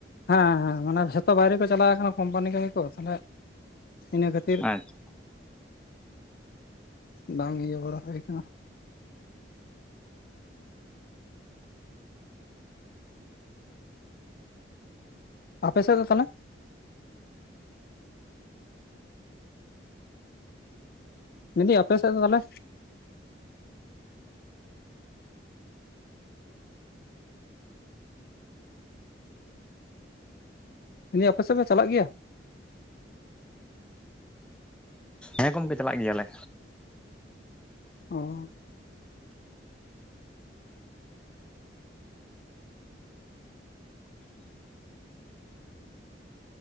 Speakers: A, on the left; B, in the centre.
A: ᱦᱮᱸ ᱦᱮᱸ ᱢᱟᱱᱮ ᱡᱷᱚᱛᱚ ᱵᱟᱭᱨᱮ ᱠᱚ ᱪᱟᱞᱟᱣ ᱠᱟᱱᱟ ᱠᱳᱢᱯᱟᱱᱤ ᱠᱟᱹᱢᱤ ᱠᱚ ᱛᱟᱦᱚᱞᱮ ᱤᱱᱟᱹᱠᱷᱟᱹᱛᱤᱨ
B: ᱟᱪᱪᱷᱟ
A: ᱵᱟᱝ ᱤᱭᱟᱹ ᱵᱟᱲᱟ ᱦᱩᱭ ᱠᱟᱱᱟ᱾ ᱟᱯᱮ ᱥᱮᱫ ᱫᱚ ᱛᱟᱷᱟᱞᱮ? ᱢᱤᱱ ᱫᱤᱧ ᱟᱯᱮ ᱥᱮᱫ ᱫᱚ ᱛᱷᱟᱞᱮ? ᱢᱤᱱ ᱫᱤᱧ ᱟᱯᱮ ᱥᱮᱫ ᱫᱚ ᱪᱟᱞᱟᱜ ᱜᱮᱭᱟ?
B: ᱦᱮᱸ ᱜᱚᱢᱜᱮ ᱪᱟᱞᱟᱜ ᱜᱮᱭᱟᱞᱮ᱾
A: ᱚ